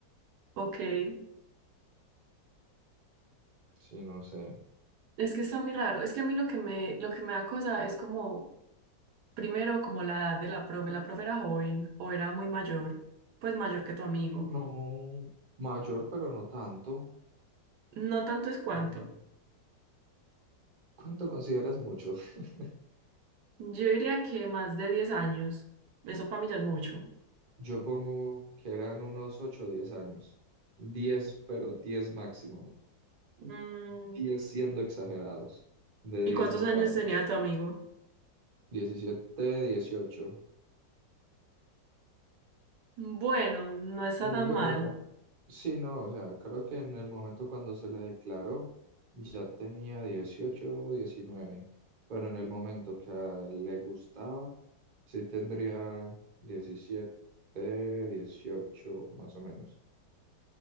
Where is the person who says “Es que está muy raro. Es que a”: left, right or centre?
Right